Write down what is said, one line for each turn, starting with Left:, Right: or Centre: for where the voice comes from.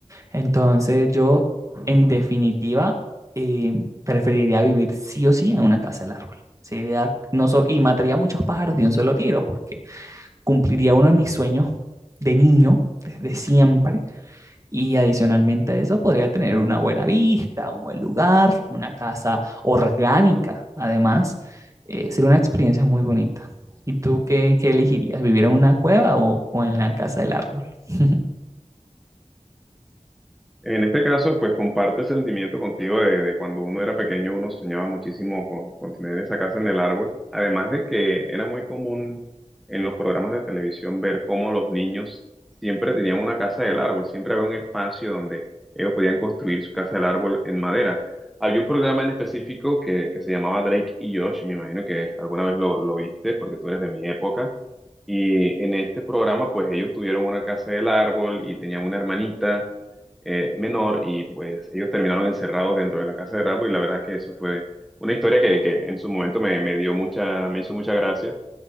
Right: Entonces yo, en definitiva, eh, preferiría vivir sí o sí en una casa del árbol. Sería, no so- y mataría muchos pájaros de un solo tiro porque cumpliría uno de mis sueños de niño, desde siempre, y adicionalmente a eso, podría tener una buena vista, un buen lugar, una casa orgánica, además. Eh, sería una experiencia muy bonita. ¿Y tú qué, qué elegirías? ¿Vivir en una cueva o, o en la casa del árbol? <laughs>
Centre: En este caso, pues comparte ese sentimiento contigo de, de cuando uno era pequeño, uno soñaba muchísimo con, con tener esa casa en el árbol. Además de que era muy común en los programas de televisión ver cómo los niños siempre tenían una casa del árbol, siempre había un espacio donde ellos podían construir su casa del árbol en madera. Había un programa en específico que, que se llamaba Drake y Josh, me imagino que alguna vez lo, lo viste porque tú eres de mi época. Y en este programa, pues ellos tuvieron una casa del árbol y tenían una hermanita eh, menor y pues ellos terminaron encerrados dentro de la casa de Ralph y la verdad es que eso fue una historia que, que en su momento me, me dio mucha, me hizo mucha gracia